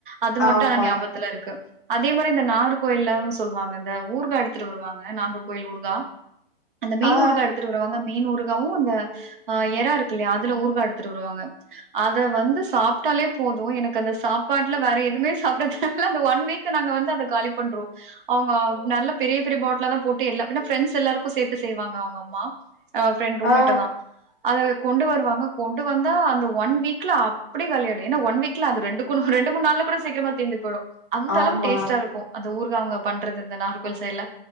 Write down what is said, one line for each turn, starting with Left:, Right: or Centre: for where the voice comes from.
Right: அது மட்டு
Left: ஆமா
Right: ஆனா ஞாபத்துல இருக்கு அதே மாரி இந்த நாகர் கோயில்ல சொல்லுவாங்க இந்த ஊர்கா எடுத்துட்டு வருவாங்க நாகர்கோயில் ஊர்கா அந்த மீன்
Left: ஆ
Right: ஊருகா எடுத்துட்டு வருவாங்க மீன் ஊரு காவு அந்த எறா இருக்குல்லையா அதுல ஊருகா எடுத்துட்டு வருவாங்க அத வந்து சாப்ட்டாலே போது எனக்கு அந்த சாப்பாட்ல வேற எதுமே சாப்டதுல்ல அந்த ஒன் வீக்கு நாங்க வந்து அத காலி பண்றோ அவுங்க நல்லா பெரிய பெரிய பாட்லா தா போட்டு எல்லா பின்ன ஃப்ரெண்ட்ஸ் எல்லாருக்கு சேத்து செய்வாங்க அவங்க அம்மா அ ஃப்ரெண்ட் ரூம்
Left: ஆ
Right: மெட்டு தா அது கொண்டு வருவாங்க கொண்டு வந்தா அந்த ஒன் வீக்ல அப்டியே காலியாயிடு ஏன்னா ஒன் வீக்ல அந்த ரெண்டு கு ரெண்டு மூன் நாள்ல கூட சீக்கிரமா தீந்து போயிடு அந்த
Left: ஆமா
Right: அளவு டேஸ்டா இருக்கு அந்த ஊருகா அவங்க பண்றது இந்த நாகர்கோவில் சைட்ல